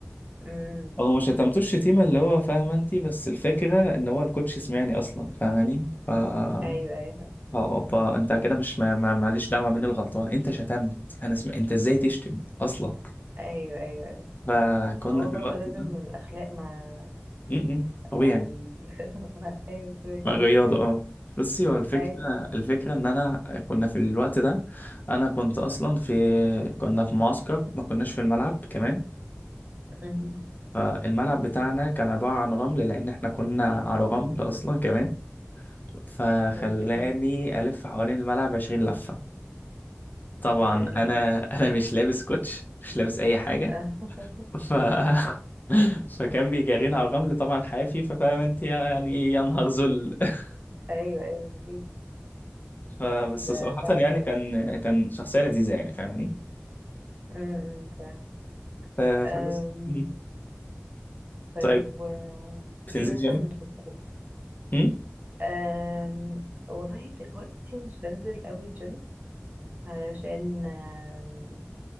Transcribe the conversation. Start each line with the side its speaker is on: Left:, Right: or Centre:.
Right: أمم،
Left: هو ما شتمتوش شتيمه اللي هو فاهمه انت بس الفكره ان هو الكوتش سمعني اصلا فاهماني ف آه،
Right: أيوه أيوه
Left: اوبا انت كده مش ما- ما- معلش دعوه مين الغلطان انت شتمت انا سم... انت ازاي تشتم اصلا
Right: أيوه أيوه أيوة.
Left: فكنا
Right: ما هو
Left: في
Right: برضه
Left: الوقت
Right: لازم
Left: ده
Right: الأخلاق مع
Left: م- م. طبيعي
Right: مع ال... <laughs> مع... أيوه كده كده
Left: رياضة اه بصي هو الفكرة
Right: أيوه
Left: الفكرة إن أنا كنا في الوقت ده أنا كنت أصلا في كنا في معسكر ما كناش في الملعب كمان
Right: أمم،
Left: فالملعب بتاعنا كان عبارة عن رمل لأن إحنا كنا على رمل أصلا كمان فخلاني
Right: أوكي
Left: ألف حوالين الملعب عشرين لفة طبعا
Right: يا لهوي
Left: أنا أنا مش لابس كوتش مش لابس أي حاجة
Right: <laughs>
Left: ف <laughs> فكان بيجرينا على الرمل طبعا حافي ففاهم انت يعني يا نهار ذل <laughs>
Right: أيوه أيوه أكيد
Left: فبس
Right: ده
Left: صراحة
Right: تعب
Left: يعني كان كان شخصية لذيذة يعني فاهماني
Right: امم فاهم
Left: ف-
Right: أم،
Left: فبس مم.
Right: طيب
Left: طيب
Right: و
Left: بتنزل
Right: ايه مثلا
Left: جيم
Right: بتكون
Left: مم؟
Right: أم، والله دلوقتي مش بنزل قوي جيم علشان أم،